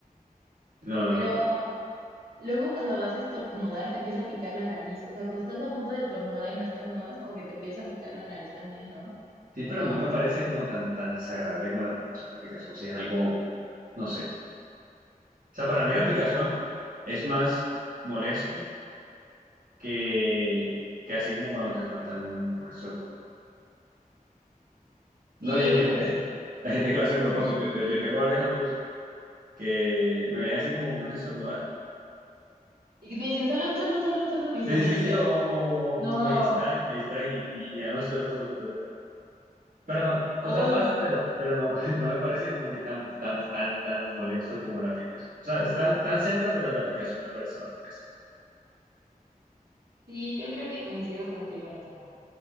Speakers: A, on the right; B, on the right.
A: No, no,
B: Pero
A: no.
B: luego cuando vas a estornudar te empieza a picar la nariz. O sea, cuando estás a punto de estornudar y no estornudas, como que te empieza a picar la nariz también, ¿no?
A: Sí,
B: O
A: pero
B: nada
A: no
B: más
A: me
B: es
A: parece
B: a mí.
A: como tan, tan desagradable como la picazón. La picazón sí es algo, no sé. O sea, para mí
B: Sí,
A: la picazón
B: tienes. razón.
A: es más molesto que, que así como cuando te espantan un, un estornudo. No,
B: Sí,
A: y hay,
B: yo
A: <laughs>
B: creo que sí.
A: hay gente que lo hace a propósito. De hecho, yo tengo varios amigos que me ven así como con ganas de estornudar.
B: Y que te dicen salud, salud, salud, salud y
A: Sí,
B: se te
A: sí,
B: quita.
A: sí, o, o-
B: No.
A: o me distraen, me distraen y, y ya no estornudo. entonces. pero no,
B: Oye.
A: o sea, pasa, pero, pero no, <laughs> no me parece como que tan, tan, tan, tan molesto como la picazón. O sea, están tan cerca, pero la picazón me parece más molesta.
B: Sí, yo creo que coincido contigo en esta.